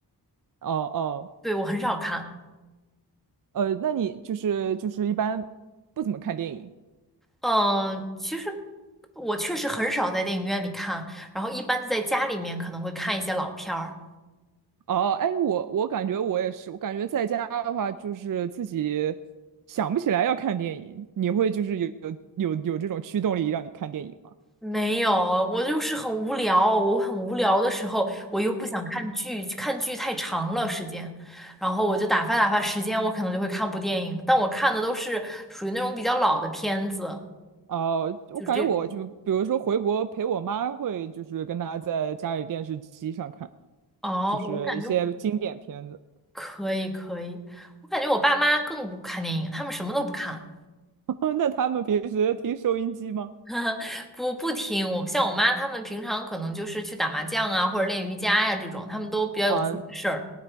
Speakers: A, on the right (about 50°); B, in the centre.
A: 哦哦，
B: 对，我很少看。
A: 呃，那你就是就是一般不怎么看电影
B: 嗯，其实我确实很少在电影院里看，然后一般在家里面可能会看一些老片儿。
A: 哦？哎，我我感觉我也是，我感觉在家的话，就是自己想不起来要看电影，你会就是有有有有这种驱动力让你看电影吗？
B: 没有，我就是很无聊，我很无聊的时候，我又不想看剧，看剧太长了时间，然后我就打发打发时间，我可能就会看部电影，但我看的都是属于那种比较老的片子，
A: 哦，我感觉我就比如说回国陪我妈，
B: 就是这种。
A: 会就是跟她在家里电视机上看，
B: 哦，
A: 就是一些经典片子。
B: 我感觉可以可以，我感觉我爸妈更不看电影，他们什么都不看，
A: <laughs> 那他们平时听收音机吗？
B: <laughs> 不不听。我像我妈，他们平常可能就是去打麻将啊，或者练瑜伽呀、这种，他们都比较有自己的事儿。
A: 啊，